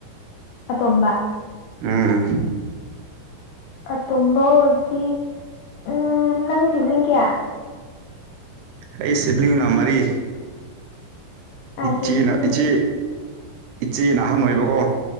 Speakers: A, on the left (about 80°); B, on the right (about 85°).
A: ꯑꯥꯇꯣꯝꯕ
B: ꯎꯝ
A: ꯑꯇꯣꯝꯕ ꯑꯣꯏꯔꯗꯤ ꯎꯝ ꯅꯪ ꯁꯤ ꯂꯤꯡꯒꯦ
B: ꯑꯩ ꯁꯤꯕꯂꯤꯡꯅ ꯃꯔꯤ
A: ꯑꯗꯨꯗꯤ
B: ꯏꯆꯦꯅ ꯏꯆꯦ ꯏꯆꯦ ꯅ ꯑꯍꯥꯟ ꯑꯣꯏꯕꯀꯣ